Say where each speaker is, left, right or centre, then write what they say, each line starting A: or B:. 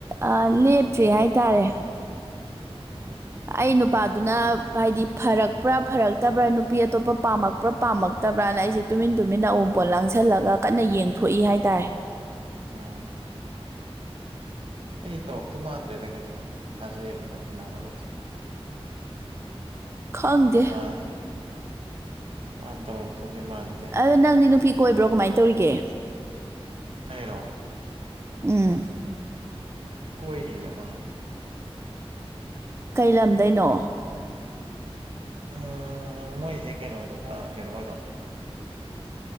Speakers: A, on the right; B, on the right.
A: ꯑꯥ ꯂꯦꯞꯇ꯭ꯔꯤ ꯍꯥꯏꯇꯥꯔꯦ
B: ꯎꯝ
A: ꯑꯩ ꯅꯨꯄꯥꯗꯨꯅ ꯍꯥꯏꯗꯤ ꯐꯔꯛꯄ꯭ꯔꯥ ꯐꯔꯛꯇꯕ꯭ꯔꯥ ꯅꯨꯄꯤ ꯑꯇꯣꯞꯄ ꯄꯥꯝꯃꯛ ꯄꯔꯥ ꯄꯥꯝꯃꯛꯇꯕ꯭ꯔꯅ ꯑꯩꯁꯦ ꯇꯨꯃꯤꯟ ꯇꯨꯃꯤꯟꯅ ꯑꯎꯡꯄꯣꯠ ꯂꯥꯡꯁꯤꯜꯂꯒ ꯀꯟꯅ ꯌꯦꯡꯊꯣꯛꯏ ꯍꯥꯏꯇꯥꯔꯦ
B: ꯎꯝ ꯑꯩꯁꯦ ꯇꯧꯔꯛꯇꯨ ꯃꯥꯟꯗ꯭ꯔꯦꯗ ꯀꯩꯁꯨ ꯊꯥꯖꯩꯑꯦꯕ ꯏꯃꯥꯟꯅꯕꯗꯣ
A: ꯈꯪꯗꯦ
B: <unintelligible> ꯃꯥꯟ ꯇꯧꯔꯛꯇꯧꯗꯤ ꯃꯥꯟꯗꯦ
A: ꯑꯗꯣ ꯅꯪꯗꯤ ꯅꯨꯄꯤ ꯀꯣꯏꯕ꯭ꯔꯣ ꯀꯃꯥꯏꯟ ꯇꯧꯔꯤꯒꯦ
B: ꯑꯩꯔꯣ
A: ꯎꯝ
B: ꯀꯣꯏꯔꯤ ꯑꯃꯥ
A: ꯀꯩ ꯂꯝꯗꯩꯅꯣ
B: ꯑꯥ ꯃꯣꯏꯖꯦ ꯀꯩꯅꯣꯗꯨ ꯑ ꯀꯩꯅꯣ ꯑꯣꯏꯕ